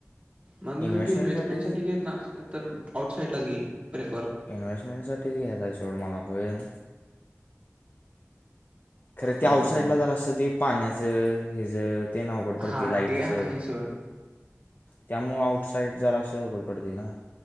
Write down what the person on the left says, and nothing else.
इन्व्हेस्टमेंटसाठी
इन्व्हेस्टमेंटसाठीच घ्यायचा आहे सोड मला पण. खरं
ते आउटसाईडला
जरासं असं ते पाण्याचं हेज ते अवघड पडतंय
लाईटच.
त्यामुळं आउट साइड जरासं अवघड पडते ना.